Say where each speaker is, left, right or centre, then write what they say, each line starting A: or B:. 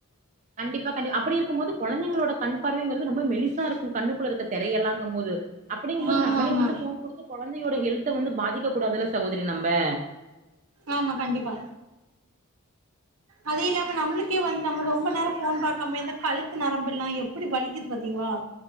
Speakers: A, on the right (about 35°); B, on the right (about 80°).
A: கண்டிப்பா கண்டி அப்டி இருக்கும் போது கொழந்தைங்களோட கண் பார்வைங்கறது ரொம்ப மெலிசா இருக்கூ கண்ணுக்குள்ள இருக்க தெரையெல்லாங்கும் போது அப்பிடிங்கும்போது
B: ஆமா
A: நம்மளே
B: ஆமா
A: வந்து ஃபோன் குடுத்து கொழந்தையோட ஹெல்த வந்து பாதிக்க கூடாதுல சகோதரி நம்ப
B: ஆமா கண்டிப்பா அது இல்லாம நம்ளுக்கே வந்து நம்ம ரொம்ப நேரோ ஃபோன் பாக்கம்ப இந்த கழுத்து நரம்பெல்லா எப்புடி வலிக்குது பாத்தீங்ளா